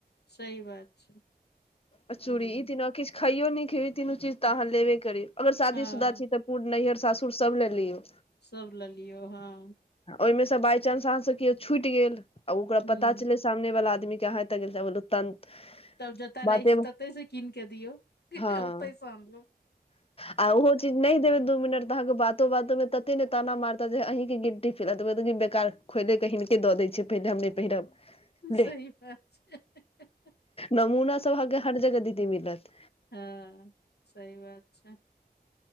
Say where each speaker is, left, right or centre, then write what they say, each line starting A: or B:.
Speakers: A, on the left; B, on the left.
A: सही बात छै।
B: आ चूड़ी
A: हूँ
B: ई तीनो किछु खइयो नहि खइयो ई तीनू चीज त अहाँ लेबे करी अगर शादीशुदा
A: हँ
B: छी तऽ <unintelligible> नैहर सासुर सब ले लियो।
A: सब लेल लियौ हाँ।
B: आ ओइमे से बाइ चांस अहाँ से केओ छुटि गेल आ ओकरा
A: ह
B: पता चलै सामने वाला आदमी के अहां एत गेल <unintelligible>
A: तब जतऽ
B: बाते
A: रहै छी तते से कीन के दियौ
B: हँ
A: ओते से अनलहु
B: आ ओहो चीज नहि देबै दू मिनट तऽ अहाँके बातो बातो में तते ने ताना मारता जे अहीं के गिल्टी फील हैत हैत की बेकार खोइले कऽ हीनके दऽ दै छीयै पहिले हम नै पहिरब। ले
A: सही बात छै। हे हे हे।
B: नमूना सब अहाँके के हर जगह दीदी मिलत।
A: हँ सही बात छै।